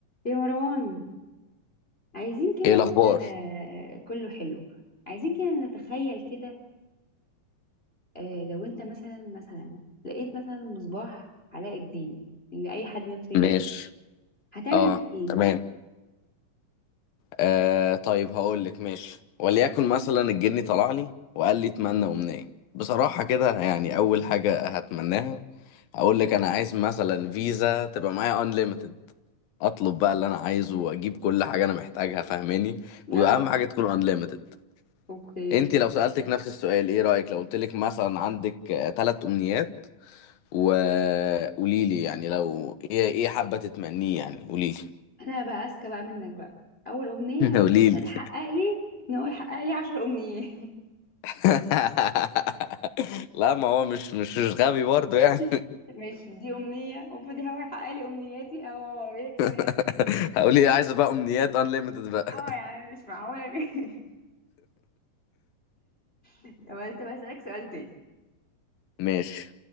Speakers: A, on the left; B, on the left.
A: يا مروان عايزين كده
B: ايه الاخبار
A: آه، كله حلو عايزين كده نتخيل كده آه، لو انت مثلا مثلا لقيت مثلا مصباح علاء الدين اللي اي حد نفسه يلاقيه
B: ماشي
A: هتعمل
B: اه
A: بيه ايه؟
B: تمام آه طيب هقول لك ماشي وليكن مثلا الجني طلع لي وقال لي اتمنى امنيه بصراحه كده يعني اول حاجه هتمناها هقول لك انا عايز مثلا فيزا تبقى معايا انليمتد اطلب بقى اللي انا عايزه واجيب كل حاجه انا محتاجها فاهماني
A: اه
B: واهم حاجه تكون انليمتد
A: اوكي
B: انت لو سالتك نفس السؤال ايه رايك لو قلت لك مثلا عندك آه، تلات امنيات وقولي لي يعني لو ايه ايه حابه تتمنيه يعني قولي لي
A: انا بقى اذكى بقى منك بقى اول امنية
B: <laughs> قولي لي
A: تحقق لي ان هو يحقق لي عشر امنيات
B: <laughs> لا ما هو مش مش مش غبي برضه يعني
A: <laughs> ماشي دي امنية المفروض هو يحقق لي امنياتي او اوريلك ان
B: <laughs> هقول ايه عايز بقى امنيات انليمتد بقى
A: اه يا عم مش معقولة <laughs> كده. طب طب هسألك سؤال تاني
B: ماشي